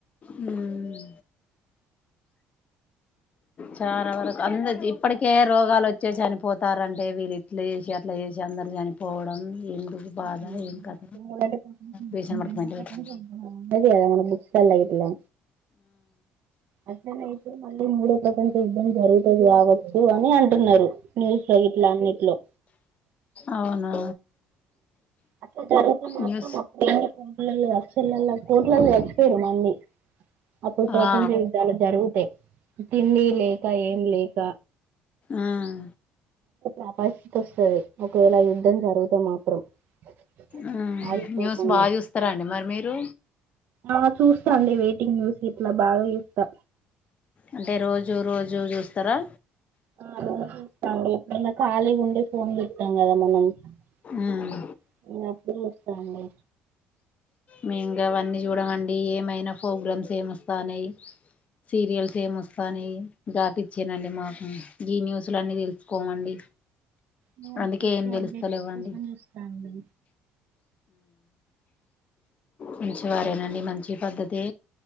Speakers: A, on the left; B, on the right.
A: మ్మ్ చాలా వరకు అంద ఇప్పటికే రోగాలు వచ్చే చనిపోతార్రంటే వీళ్ళు ఇట్లా చేసి అట్లా చేసి అందరు చనిపోవడం
B: <unintelligible>
A: ఎందుకు బాధ ఏం కథ పేషెంట్ పట్టుకుపోయింటే పెట్టు
B: బుక్స్ లల్ల ఇలా అసనే ఇతే మళ్ళీ మూడ ప్రక యుద్దం జరుగుతాది కాబట్టి అని అంటున్నారు న్యూస్ లో గిట్లా అన్నిట్లో
A: అవును
B: అట్లా జరుగుతే మాత్రం
A: న్యూస్
B: అప్పుడు <inaudible> కోట్లల్లో చచ్చిపోయడు మళ్ళీ అప్పుడు ప్రపంచ
A: ఆ
B: యుద్ధాలు జరుగు తే తిండి లేక ఏం లేక
A: ఉమ్
B: ఆ పరిస్థితి వస్తుది ఒకవేళ యుద్ధం జరిగితే మాత్ర <unintelligible>
A: మ్
B: ఆగిపోకుండా
A: న్యూస్ బా చూస్తారా అండి మరి మీరు
B: ఆ చూస్తా అండి వెయిటింగ్ న్యూస్ ఇట్లా బాగా చూత్తా
A: అంటే రోజూ రోజూ చూస్తారా
B: ఆ రోజు చూస్తా అండి మైనా ఖాళీగుంటే ఫోన్ చూత్తాం కదా మనం <inaudible>
A: ఉమ్
B: అప్పుడు చూస్తా అండి
A: మేం గవన్నీ చూడమండి ఏమైనా ఫోగ్రామ్స్ ఏమొస్తాన్నాయ్ సీరియల్ ఏమొస్తానాయ్ గాపి చ్చేనండి మాకు గీ న్యూస్ లన్నీ తెలుసుకోమండి
B: నేను
A: అందుకే
B: అప్పుడప్పుడు
A: ఏం తెలుస్తలేవండి
B: అప్డేట్స్ కోసం చూస్తా అండి
A: ఉమ్ అ చివారేనండి మంచి పద్ధతి